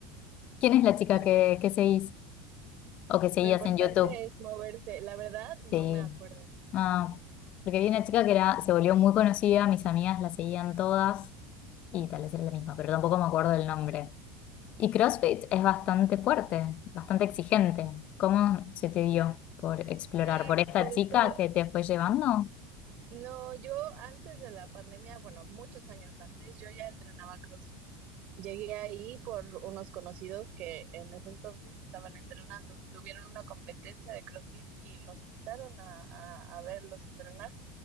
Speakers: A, on the left; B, on the right.
A: ¿Quién es la chica
B: Lo, imp-
A: que, que seguís o que seguías
B: lo importante
A: en YouTube?
B: es moverse. La verdad, no
A: Sí.
B: me acuerdo.
A: Ah, porque vi una chica que
B: Eh,
A: era, se volvió muy conocida, mis amigas la seguían todas y tal vez era la misma, pero tampoco me acuerdo el nombre. Y CrossFit es bastante fuerte, bastante exigente. ¿Cómo se te dio por explorar?
B: Sí,
A: ¿Por esta
B: por
A: chica
B: eso,
A: que te fue llevando?
B: no, yo antes de la pandemia, bueno, muchos años antes, yo ya entrenaba CrossFit. Llegué ahí por unos conocidos que en ese entonces estaban entrenando. Tuvieron una competencia de CrossFit y nos invitaron a, a, a verlos entrenar.